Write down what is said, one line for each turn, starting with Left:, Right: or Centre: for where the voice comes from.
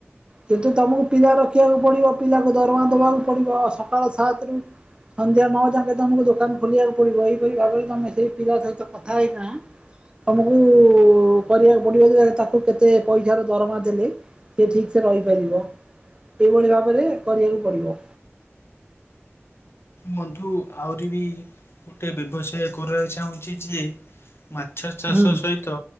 Right: କିନ୍ତୁ ତମକୁ ପିଲା ରଖିବାକୁ ପଡିବ ପିଲାକୁ ଦରମା ଦବାକୁ ପଡିବ ସକାଳ ସାତ ରୁ ସନ୍ଧ୍ୟା ନଅ ଯାକେ ତମକୁ ଦୋକାନ ଖୋଲିବାକୁ ପଡିବ ଏହିପରି ଭାବରେ ତମେ ସେଇ ପିଲା ସହିତ କଥା ହେଇକିନା ତମକୁ କରିବାକୁ ପଡିବ ଯେ ତାକୁ କେତେ ପଇସା ର ଦରମା ଦେଲେ ସେ ଠିକ୍ ସେ ରହିପାରିବ ଏଇଭଳି ଭାବରେ କରିବାକୁ ପଡିବ।
Left: ବନ୍ଧୁ ଆହୁରି ବି ଗୋଟେ ବ୍ୟବସାୟ କରିବାକୁ ଚାହୁଁଛି ଯେ ମାଛ ଚାଷ
Right: ହୁଁ
Left: ସହିତ